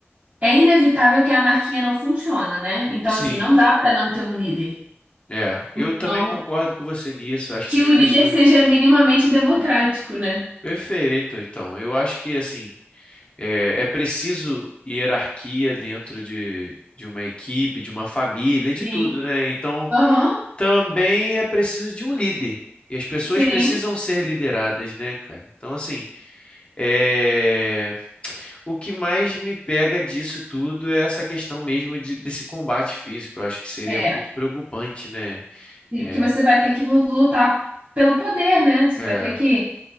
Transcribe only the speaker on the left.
Sim,
é. Eu
também concordo com você nisso. Acho
que as
pessoas.
Perfeito. Então, eu acho que assim é, é preciso hierarquia dentro de, de uma equipe, de uma família, de
tudo, né? Então,
também é preciso de um líder. E as pessoas
precisam ser lideradas, né, cara? Então, assim, é... O que mais me pega disso tudo é essa questão mesmo de- desse combate físico. Eu acho que seria
muito preocupante, né?
É,
é,